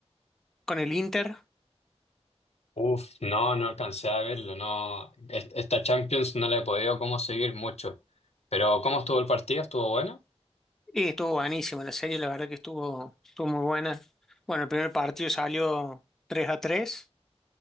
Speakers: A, in the centre; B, on the left (about 70°).
A: con el Inter.
B: Uf, no, no alcancé a verlo, no. Est- Esta Champions no la he podido como seguir mucho. Pero ¿cómo estuvo el partido? ¿Estuvo bueno?
A: Y estuvo buenísima la serie, la verdad que estuvo estuvo muy buena. Bueno, el primer partido salió 3 a 3